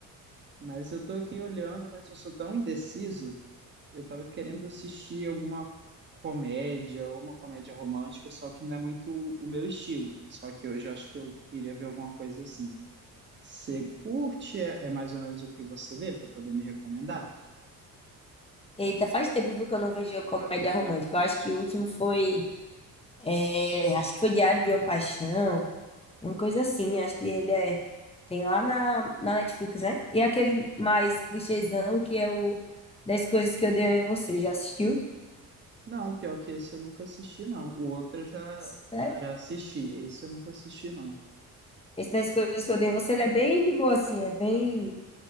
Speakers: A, on the right; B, on the left.
A: Mas eu estou aqui olhando, mas eu sou tão indeciso. Eu estava querendo assistir alguma comédia ou uma comédia romântica, só que não é muito o meu estilo. Só que hoje eu acho que eu queria ver alguma coisa assim. Você curte é, é mais ou menos o que você vê para poder me recomendar?
B: Eita, faz tempo, viu, que eu não vejo comédia romântica. Eu acho que o último foi, é, acho que foi Diário de uma Paixão, uma coisa assim. Acho que ele é, tem lá na, na Netflix, né? E aquele mais clichêzão que é o Dez coisas que eu odeio em você. Já assistiu?
A: Não, pior que esse eu nunca assisti, não. O outro eu já,
B: Sério?
A: já assisti. Esse eu nunca assisti, não.
B: Esse das coisas que eu dei em você, ele é bem de boa, assim, é bem